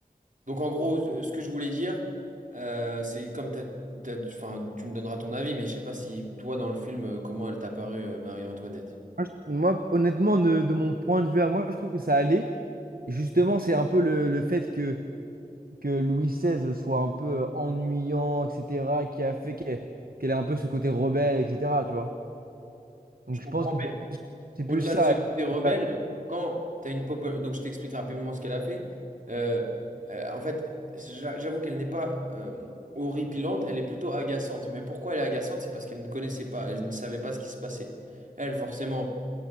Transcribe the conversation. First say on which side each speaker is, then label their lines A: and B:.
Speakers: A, on the right; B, on the right.
A: Donc en gros, ce que je voulais dire, euh, c'est comme t'as, t'as- enfin, tu me donneras ton avis, mais je sais pas si toi dans le film, euh, comment elle t'a paru, euh, Marie-Antoinette.
B: Moi, je- moi, honnêtement, de, de mon point de vue à moi, je trouve que ça allait. Et justement, c'est un peu le, le fait que, que Louis XVI soit un peu ennuyant, etc., qui a fait qu'elle qu'elle ait un peu ce côté rebelle, etc., tu vois. Donc
A: Je comprends,
B: je pense que c'est
A: mais
B: plus, c'est plus
A: au-delà
B: ça.
A: de ce côté rebelle,
B: Elle
A: quand t'as une pop, donc je t'explique rapidement ce qu'elle a fait. Euh, euh, en fait, j'a- j'avoue qu'elle n'est pas euh, horripilante, elle est plutôt agaçante. Mais pourquoi elle est agaçante? C'est parce qu'elle ne connaissait pas, elle ne savait pas ce qui se passait. Elle, forcément,